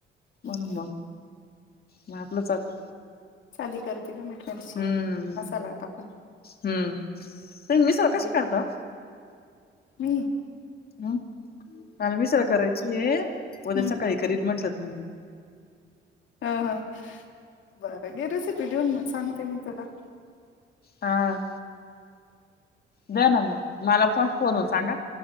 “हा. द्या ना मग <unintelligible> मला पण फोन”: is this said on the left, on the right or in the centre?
Left